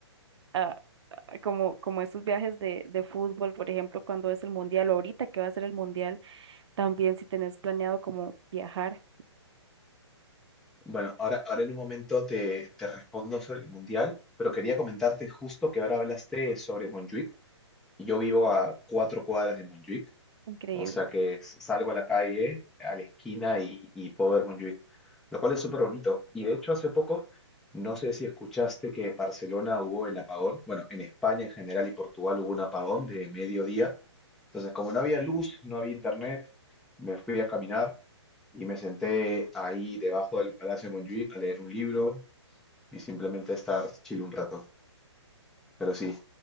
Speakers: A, on the right; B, in the centre.
A: a- a- como, como esos viajes de, de fútbol, por ejemplo, cuando es el mundial, o ahorita que va a ser el mundial. También si tenés planeado como viajar,
B: Bueno, ahora, ahora en un momento te, te respondo sobre el Mundial, pero quería comentarte justo que ahora hablaste sobre Montjuic. Yo vivo a cuatro cuadras de Montjuic
A: increíble.
B: O sea que s- salgo a la calle, a la esquina y, y puedo ver Montjuic, lo cual es súper bonito. Y de hecho hace poco, no sé si escuchaste que en Barcelona hubo el apagón, bueno, en España en general y Portugal hubo un apagón de mediodía. Entonces, como no había luz, no había internet, me fui a caminar y me senté ahí debajo del Palacio de Montjuic a leer un libro y simplemente a estar chill un rato. Pero sí,